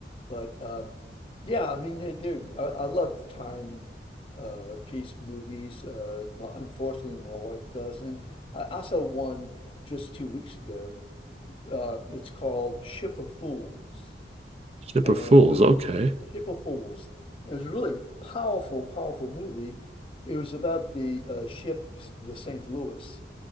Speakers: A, on the left (about 30°); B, on the right (about 35°).
A: But um, yeah, I mean, they, they're, I, I love time uh, piece movies. Uh, my, unfortunately, my wife doesn't. I, I saw one just two weeks ago. Uh, it's called Ship of Fools,
B: Ship
A: and
B: of Fools.
A: it was
B: Okay.
A: Ship of Fools. It was a really powerful, powerful movie. It was about the uh, ship, the St. Louis,